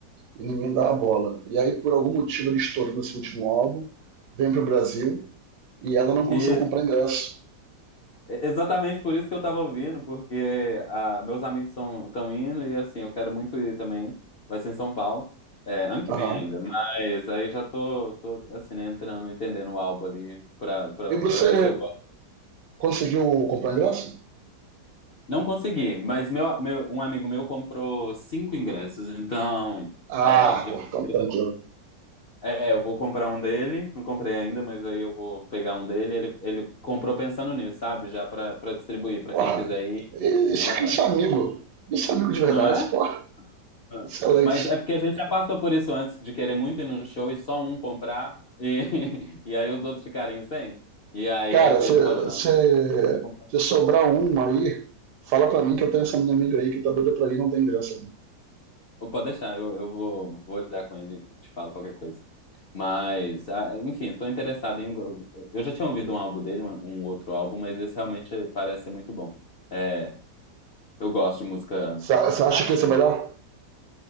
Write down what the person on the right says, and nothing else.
e ninguém dá a bola. E aí, por algum motivo, ele estourou nesse último álbum, vem pro Brasil e ela não
conseguiu comprar ingresso.
Aham.
E você
conseguiu comprar ingresso?
Ah,
pô, então
tranquilo.
Porra,
esse,
esse amigo, esse amigo de verdade,
porra,
excelente.
Cara,
se,
se,
se sobrar um aí, fala pra mim que eu tenho essa minha amiga aí que tá doida pra mim, não tem graça. né?
Você acha
que esse é melhor?